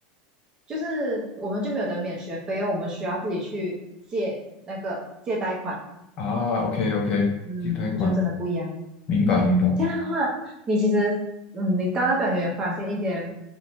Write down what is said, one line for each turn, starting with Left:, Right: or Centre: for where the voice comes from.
Right: <laughs> 就是我们就没有得免学费哦，我们需要自己去借那个借贷款，
Left: 啊，OK OK，
Right: 嗯，
Left: 几贷款，
Right: 就真的不一样。
Left: 明白明白。
Right: 这样的话，你其实，嗯，你到那边你有没有发现一些